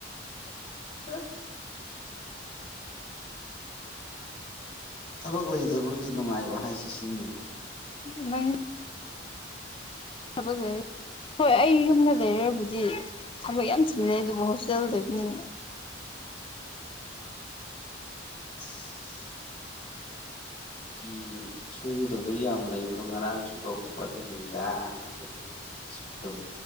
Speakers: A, on the left; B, on the left.
A: <unintelligible> ꯊꯕꯛ ꯂꯩꯇꯕꯒꯤ ꯅꯨꯡꯉꯥꯏꯕ ꯍꯥꯏꯁꯦ ꯁꯤꯅꯤ
B: ꯅꯪ ꯊꯕꯛ ꯂꯩ ꯍꯣꯏ ꯑꯩ ꯌꯨꯝꯗ ꯂꯩꯔꯕꯨꯗꯤ ꯊꯕꯛ ꯌꯥꯝ ꯆꯤꯜꯂꯦ ꯑꯗꯨꯕꯨ ꯍꯣꯁꯇꯦꯜ ꯂꯩꯕꯅꯤꯅ
A: <unintelligible> ꯐꯤ ꯁꯨꯒꯗꯕ ꯌꯥꯝ ꯂꯩꯕꯗꯣ ꯉꯔꯥꯡ ꯁꯨꯗꯣꯛꯈ꯭ꯔꯕ ꯑꯗꯨꯒꯤꯅꯤꯗ ꯅꯠꯇ꯭ꯔꯗꯤ <unintelligible>